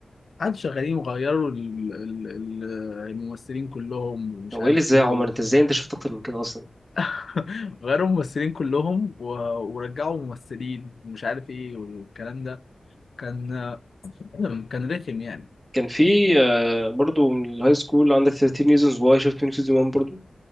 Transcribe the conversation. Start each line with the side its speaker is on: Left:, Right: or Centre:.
Left: قعدوا شغالين وغيروا ال- ال- ال- الممثلين كلهم ومش
Right: هو
Left: عارف
Right: ايه اللي ازاي
Left: ايه
Right: يا عمر
Left: و...
Right: انت ازاي انت شفت اكتر من كده اصلا
Left: <laughs> غيروا الممثلين كلهم و... ورجعوا ممثلين ومش عارف ايه والكلام ده كان <clears throat> كان رخم يعني
Right: كان في آه، برضو من الهاي سكول عندك 13 ريزونز واي شفت منه سيزون 1 برضو